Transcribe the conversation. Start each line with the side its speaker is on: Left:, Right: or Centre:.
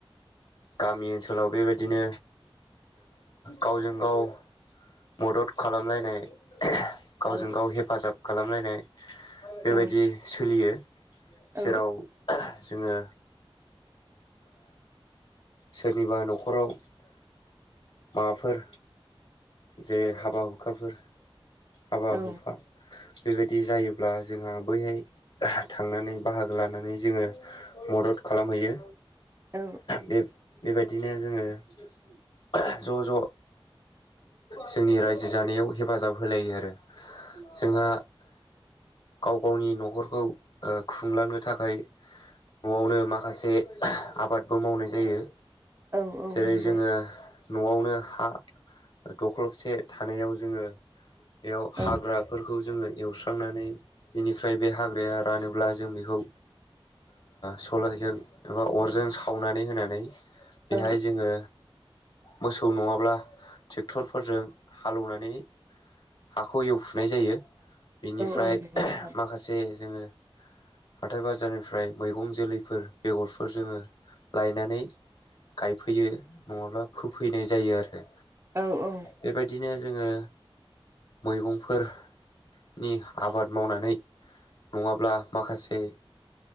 Left: गामि ओनसोलाव बेबायदिनो गावजों गाव मदद खालामलायनाय गावजों
Right: औ
Left: गाव हेफाजाब खालामलायनाय बेबायदि
Right: औ
Left: सोलियो
Right: औ
Left: जेराव जोङो सोरनिबा न'खराव माबाफोर जे हाबा हुखाफोर हाबा
Right: औ
Left: हुखा बेबायदि जायोब्ला जोंहा बैहाय थांनानै बाहागो लानानै जोङो। मदद खालामहैयो
Right: औ
Left: बे बेबायदिनो जोङो ज' ज'। जोंनि रायजो जानायाव हेफाजाब होलायो आरो जोंहा गाव गावनि न'खरखौ खुंलांनो थाखाय न'आवनो माखासे आबादबो मावनाय जायो
Right: औ औ
Left: जेरै
Right: नंगौ
Left: जोङो न'आवनो हा दख्लबसे थानायाव जोङो बेयाव
Right: औ
Left: हाग्रा फोरखौ जोङो एवस्रांनानै बेनिफ्राय बे हाग्राया रानोब्ला जों बेखौ सलायजों एबा अरजों सावनानै होनानै बेहाय
Right: औ
Left: जोङो मोसौ नङाब्ला ट्रेक्टरफोरजों हालौनानै हाखौ एवखुनाय जायो बेनिफ्राय
Right: औ नंगौ नोंथां
Left: माखासे जोङो हाथाय बाजारनिफ्राय मैगं जोलैफोर बेगरफोर जोङो लायनानै गायफैयो नङाब्ला फोफैनाय जायो आरो।
Right: औ औ।
Left: बेबायदिनो जोङो मैगंफोर नि आबाद मावनानै नङाब्ला माखासे